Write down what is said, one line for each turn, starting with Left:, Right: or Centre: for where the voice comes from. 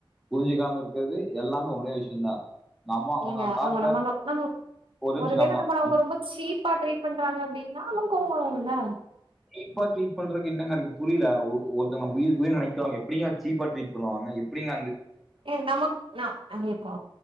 Centre: புரிஞ்சிக்காம இருக்கிறது எல்லாமே ஒரே விஷயந்தா நம்ம
Right: நீங்க
Centre: காட்டுற
Right: அவங்க நம்ம ம்ம
Centre: நிமிஷ
Right: ஒரு வேல
Centre: நம்ம
Right: நம்மல அவங்க ரொம்ப சீப்பா ட்ரீட் பண்றாங்க அப்டின்னா அவங்க கோவ வரும்ல
Centre: சீப்பா ட்ரீட் பன்றதுக்கு என்னங்க இருக்கு புரில ஒ ஒருத்தங்க உயிர்க்கு உயிரா நினக்ரவங்க எப்டிங்க சீப்பா ட்ரீட் பன்னுவாங்க எப்டிங்க
Right: ஏ நமக்கு நம்ம இப்போ